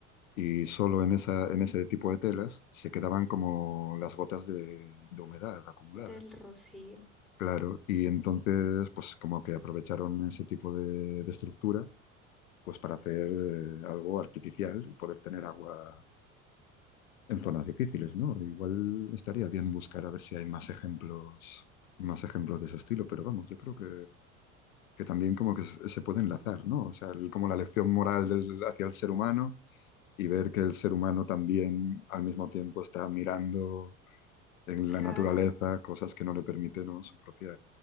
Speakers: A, on the left (about 85°); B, in the centre.
A: y solo en esa, en ese tipo de telas se quedaban como las gotas de, de humedad acumuladas.
B: del rocío.
A: Claro, y entonces, pues como que aprovecharon ese tipo de, de estructura, pues para hacer eh, algo artificial y poder tener agua en zonas difíciles, ¿no? Igual estaría bien buscar a ver si hay más ejemplos, más ejemplos de ese estilo, pero vamos, yo creo que, que también como que se se puede enlazar, ¿no? O sea, el- como la lección moral del- hacia el ser humano y ver que el ser humano también al mismo tiempo está mirando en la
B: Claro.
A: naturaleza cosas que no le permiten, ¿no? su propia...